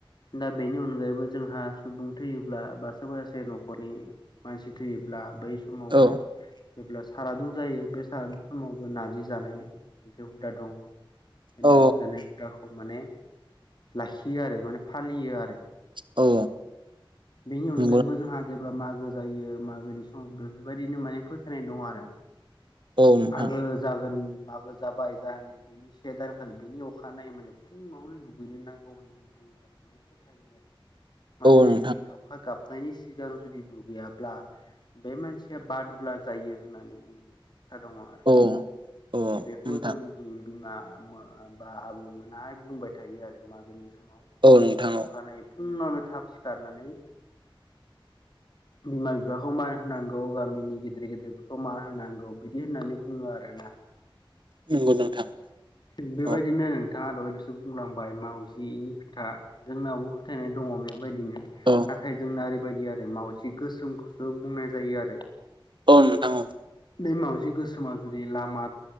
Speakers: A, on the left (about 55°); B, on the right (about 60°).
A: दा बेनि अनगायैबो जोंहा सुबुं थैयोब्ला बा सोरबा सासे नखरनि मानसि थैयोब्ला बै समावहाय
B: औ
A: जेब्ला सारादु जायो बे सारादु समावबो नारजि जानाय मोनसे हुदा दङ। बे
B: औ
A: नारजि जानाय हुराखौ माने लाखियो आरो माने फालियो आरो।
B: औ
A: बेनि अनगायैबो
B: नंगौ
A: जोंहा जेब्ला मागो जायो मागोनि समाव बेफोरबायदिनो माने फोथायनाय दं आरो।
B: औ नोंथां
A: मागो जागोन मागोन जाबाय जानोखि से दानखालि बिनि अखानायै माने फुङावनो दुगैनो नांगौ होननानै बुङो। माने फोथायो <inaudible> आरो माने
B: औ नोंथां
A: दावखा गाबनायनि सिगां जुदि दुगैयाब्ला बे मानसिया बादुला जायो होननानै बुङो। खोथा दङ आरो
B: औ औ
A: माने बेखौ
B: नोंथां
A: जोंनि बिमा बा आबैमोनाहाय बुंबाय थायो आरो मागोनि समाव
B: औ नोंथां औ
A: अखानायै फुङावनो थाब सिखारनानै
B: <inaudible>
A: बिमा बिफाखौ मान होनांगौ गामिनि गेदेर गेदेरफोरखौ मान होनांगौ बिदि होननानै बुङो आरोना।
B: नंगौ नोंथां।
A: थिग बेबायदिनो
B: औ
A: नोंथाङा दयल'सो बुंलांबाय मावजिनि खोथा जोंनावबो फोथायनाय दङ बेबायदिनो
B: औ
A: नाथाय जोंना ओरैबायदि आरो मावजि गोसोमखौसो बुंनाय जायो आरो
B: औ नोंथां औ
A: बे मावाजि गोसोमा जुदि लामा